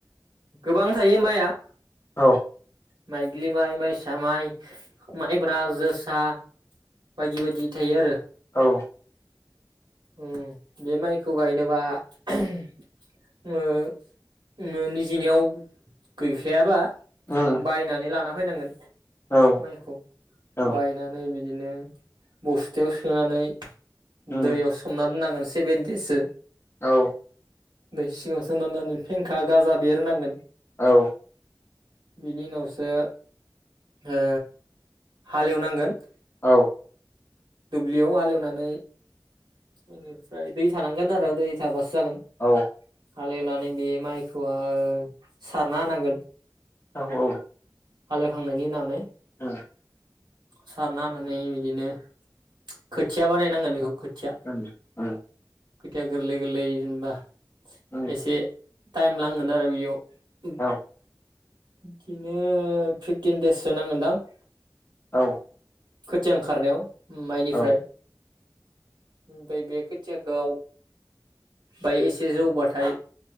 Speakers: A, on the right (about 75°); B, on the left (about 30°).
A: गोबां थायो माइआ।
B: औ
A: माइग्लि माइ माइसा माइ माइब्रा जोसा बायदि बायदि थायो आरो।
B: औ
A: ओम बे माइखौ गायनोबा। दिननियाव गैखायाबा
B: उम
A: बायनानै लाना बायनांगोन
B: औ
A: माइखौ
B: औ
A: बायनानै बिदि बिदिनो बस्थायाव सोनानै।
B: उम
A: दैयाव सोमना दोननांगोन। सेबेन देससो।
B: औ
A: दै सिङाव सोनानानै फेंखा गाजा बेरनांगोन
B: औ
A: बिनि उनावसो ओ हालेवनांगोन
B: औ
A: दुब्लियाव हालेवनानै बेनिफ्राय दै थानांगोन आरो दै थाबासो जागोन।
B: औ औ
A: हालेवनानै बे माइखौ ओ सारना होनांगोन
B: औ औ
A: हालेवखांनायनि उनावनै
B: औ
A: सारना होनानै बिदिनो खोथिया बानायनांगोन बेखौ
B: <unintelligible>
A: खोथिया खोथिया गोरलै गोरलै जेनबा
B: उम
A: एसे टाइम नांनोन आरो बेयाव उम
B: औ
A: बिदिनो फिफटिन देससो नांगोनदां
B: औ
A: खोथिया ओंखारनायाव माइनिफ्राय
B: औ
A: ओमफ्राय बे खोथियाखौ बाय एसे जौबाथाय